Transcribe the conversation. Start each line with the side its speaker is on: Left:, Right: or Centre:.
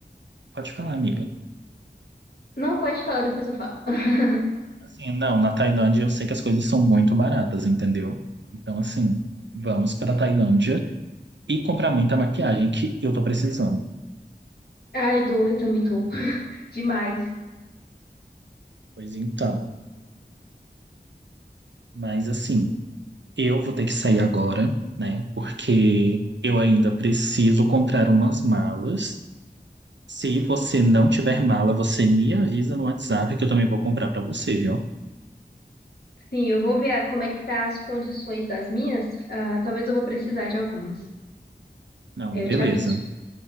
Right: pode falar, amiga.
Left: Não pode falar, depois eu falo. <laughs>
Right: Assim, não, na Tailândia eu sei que as coisas são muito baratas, entendeu? Então, assim, vamos para Tailândia e comprar muita maquiagem que eu tô precisando.
Left: Ai, dor, eu também tô. <laughs> Demais.
Right: Pois então, mas assim, eu vou ter que sair agora, né? Porque eu ainda preciso comprar umas malas. Se você não tiver mala, você me avisa no WhatsApp que eu também vou comprar para você, viu?
Left: Sim, eu vou ver ah, como é que tá as condições das minhas. Ah, talvez eu vou precisar de algumas.
Right: Não,
Left: Aí
Right: beleza.
Left: eu te aviso.